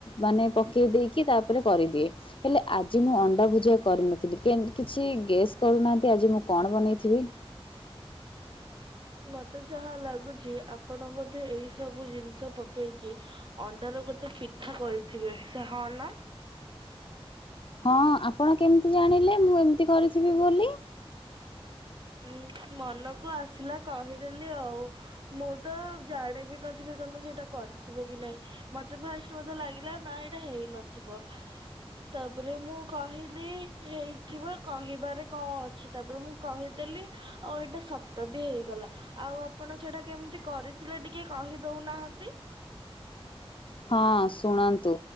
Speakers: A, on the left (about 60°); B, on the right (about 50°).
A: ମାନେ। ପକେଇ ଦେଇକି ତାପରେ କରିଦିଏ ହେଲେ ଆଜି ମୁଁ ଅଣ୍ଡା ଭୁଜିଆ କରିନଥିଲି କିଛି। ଗେସ୍ କରୁନାହାନ୍ତି ଆଜି ମୁଁ କଣ ବନେଇଥିବି।
B: ମତେ ଯାହା ଲାଗୁଛି ଆପଣ ବୋଧେ ଏଇ ସବୁ ଜିନିଷ ପକେଇକି ଅଣ୍ଡାର ଗୋଟେ। ପିଠା କରିଥିବେ ସେ ହଁ ନା?
A: ହଁ ଆପଣ କେମିତି ଜାଣିଲେ ମୁଁ ଏମିତି କରିଥିବି ବୋଲି।
B: ହ ମନକୁ ଆସିଲା କହିଦେଲି ଆଉ ମୁଁ ତ ଜାଣିବି ନଥିଲି। ତମେ ସେଇଟା କରିଥିବ କି ନାଇଁ ମତେ ଫାଷ୍ଟ ବୋଧେ ଲାଗିଲା ନା ଏଇଟା ହେଇନଥିବ। ତାପରେ ମୁଁ କହିଲି ହେଇଥିବ କହିବାରେ କଣ ଅଛି ତାପରେ ମୁଁ କହିଲି। ଦେ ଆଉ ଏଇଟା ସତ ବି ହେଇଗଲା ଆଉ ଆପଣ ସେଇଟା କେମିତି କରିଥିଲେ ଟିକେ କହିଦଉ। କହୁ ନାହାନ୍ତି।
A: ହ। ହଁ ଶୁଣନ୍ତୁ